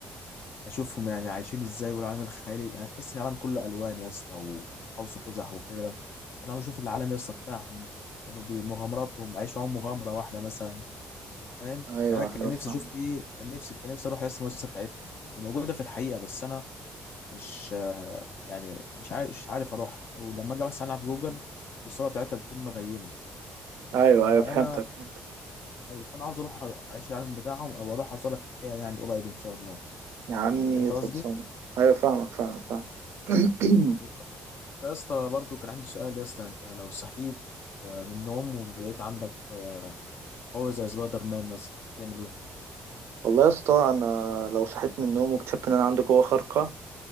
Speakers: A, on the left (about 60°); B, on the right (about 70°).
A: اشوفهم يعني عايشين ازاي والعالم الخيالي يعني تحس ان العالم كله الوان يا اسطى وقوس قزح وكده وانا عاوز اشوف العالم يا اسطى بتاعهم كانوا بمغامراتهم عايش معاهم مغامره واحده مثلا فاهم
B: ايوه
A: يعني انا
B: ايوه
A: كان نفسي
B: فاهمك
A: اشوف ايه كان نفسي كان نفسي اروح يا اسطى المؤسسه بتاعتهم هي موجوده في الحقيقه بس انا مش آه، يعني مش عارف مش عارف اروح او لما اجي بس عنها في جوجل الصوره بتاعتها بتكون مغيمه
B: ايوه
A: فانا
B: ايوه فهمتك فهمتك
A: ايوه فانا عاوز اروح اعيش العالم بتاعهم او اروح ازورها في الحقيقه يعني قريب ان شاء الله
B: يا عمي
A: انت
B: خلصانه
A: قصدي
B: ايوه فاهمك فعلا فاهم <clears throat>
A: بالظبط. يا اسطى برضو كان عندي سؤال يا اسطى انت لو صحيت آه، من النوم ولقيت عندك آه، قوة زي سبايدر مان مثلا هتعمل ايه؟
B: والله يا اسطى انا لو صحيت من النوم واكتشفت ان انا عندي قوه خارقه